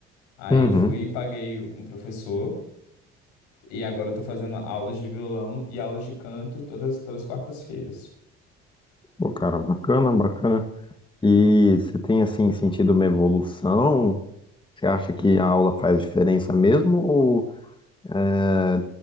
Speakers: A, on the left; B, on the left.
A: Aí
B: Uhum.
A: eu fui e paguei um professor e agora eu tô fazendo aulas de violão e aulas de canto todas, todas as quartas-feiras.
B: Pô, cara, bacana, bacana. E você tem, assim, sentido uma evolução? Você acha que a aula faz diferença mesmo? Ou é